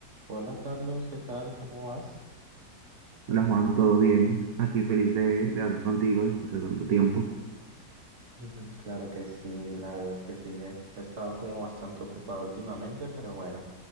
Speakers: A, on the right (about 40°); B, on the right (about 55°).
A: Hola Carlos, ¿qué tal? ¿Cómo vas?
B: Hola Juan, ¿todo bien? Aquí feliz de, de hablar contigo después de tanto tiempo.
A: Ujú, Claro que sí, la verdad es que sí, eh. he estado como bastante ocupado últimamente, pero bueno,